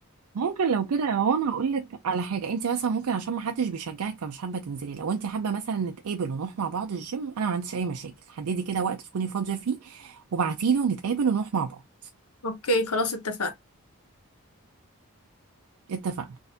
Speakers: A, on the right; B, on the left.
A: ممكن لو كده يا انا هقول لك على حاجه انت مثلا ممكن عشان ما حدش بيشجعك فمش حابه تنزلي لو انت حابه مثلا نتقابل ونروح مع بعض الجيم انا ما عنديش اي مشاكل حددي كده وقت تكوني فاضيه فيه وابعتيلي ونتقابل ونروح مع بعض
B: اوكي خلاص اتفقنا
A: اتفقنا